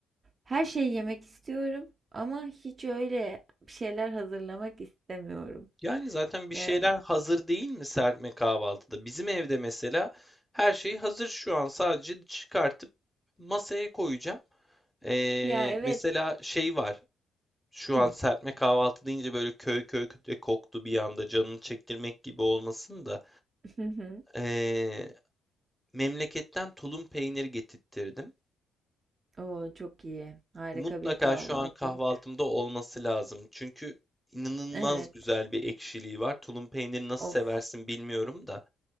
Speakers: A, on the right; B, in the centre.
A: her şeyi yemek istiyorum ama hiç öyle bir şeyler hazırlamak istemiyorum.
B: Yani zaten bir
A: Yani
B: şeyler hazır değil mi serpme kahvaltıda? Bizim evde mesela her şey hazır şu an sadece çıkartıp masaya koyacağım. Ee,
A: ya evet.
B: mesela şey var şu
A: Hmm.
B: an serpme kahvaltı deyince böyle köy köy köy koktu bir anda canını çektirmek gibi olmasın da
A: <laughs>
B: ee, memleketten tulum peyniri getirttirdim.
A: Oo çok iyi. Harika
B: Mutlaka
A: bir kahvaltılık.
B: şu an kahvaltımda olması lazım. Çünkü inanılmaz
A: Evet.
B: güzel bir ekşiliği var. Tulum peyniri nasıl
A: Of,
B: seversin bilmiyorum da.